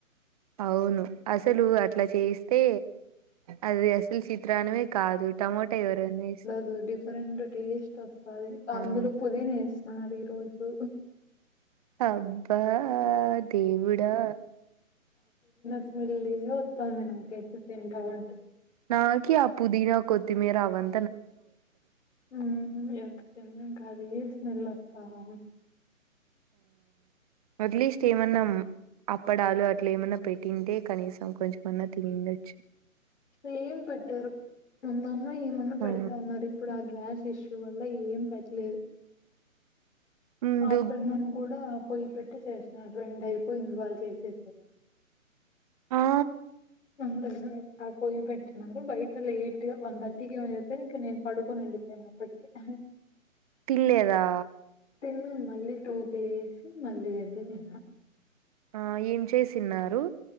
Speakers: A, on the right (about 25°); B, on the left (about 55°).
A: అవును అసలు అట్లా చేస్తే అది అసలు సి త్రాన్నమే కాదు టమోటా ఎవరన్నా ఏస్
B: రు డిఫరెంట్ టేస్ట్ వస్తాది అందులో
A: ఆ
B: పుదీనా వేసినారు ఈ రోజు
A: అబ్బా దేవుడా
B: <inaudible> వొత్తావుంది నాకు అయితే తింటా ఉంటే
A: నాకీ అ పుదీనా కొత్తిమీర అవం
B: ఊ ఎంత <inaudible> ఇవే స్మెల్ వస్తా <inaudible>
A: ఉద్లీ స్టీం అన్నం అప్పడాలు అట్లా ఏమన్నా పెట్టింటే కనీసం కొంచెం అన్నా తినిండచ్చు
B: ప్లేం పెట్టరు ముందన్నా ఏమన్నా పెడతా
A: ఆ
B: ఉన్నారు ఇప్పుడు ఆ గ్యాస్ ఇష్ టూ వల్ల ఏం పెటలేదు
A: ముందు
B: ఆఫ్టర్నూన్ కూడా పొయ్యి పెట్టి చేసినారు రెండు అయిపోయింది వాళ్ళు చేసి <inaudible>
A: ఆ
B: <inaudible> ఆ పొయ్యి పెట్టినారు బయట లేట్ గా వన్ థర్టీకి ఏమో చేశారు ఇంక నేను పడుకోనుండి నేను అప్పటికి అహ్
A: తిల్లేదా
B: తిన్నాను మళ్ళీ టూ త్రీ లేస్ మళ్ళీ వెళ్ళి తిన్నా
A: ఆ ఏం చేసిన్నారు